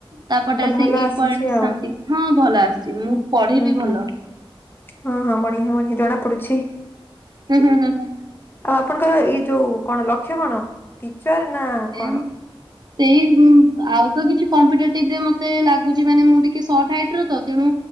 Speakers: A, on the right; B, on the left.
A: ତାପର ଟା
B: ତ ଭଲ
A: ସେ ଏଇଟ
B: ଆସିଛି
A: ପଏଣ୍ଟ ସମଥିଙ୍ଗ
B: ଆଉ
A: ହଁ ଭଲ ଆସିଛି ମୁଁ
B: ହୁଁ
A: ପଢେଇବି
B: ହୁଁ ହୁଁ
A: ଭଲ।
B: ହଁ ହଁ ବଢିଆ ବା କି ଜଣା ପଡୁଛି।
A: ହୁଁ ହୁଁ ହୁଁ ହୁଁ।
B: ଆଉ ଆପଣଙ୍କର ଇ ଯୋଉ କଣ ଲକ୍ଷ୍ୟ କଣ ଟିଚର ନା
A: ଏ
B: କଣ?
A: ସେଇ ଉଁ ଆଉ ତ କିଛି କମ୍ପିଟେଟିଭରେ ମତେ ଲାଗୁଛି ମାନେ ମୁଁ ଟିକେ ସଟ ହାଇଟ ର ତ ତେଣୁ